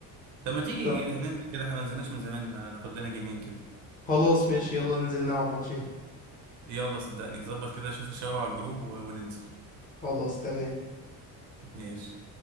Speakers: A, on the right; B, on the left.
A: طب ما تيجي
B: طب
A: ننزل كده احنا ما نزلناش من زمان ناخد لنا جيمين كده
B: خلاص ماشي يلا ننزل نلعب ماتشين
A: يلا صدقني ظبط كده شوف الشباب على الجروب و- وننزل
B: خلاص تمام
A: ماشي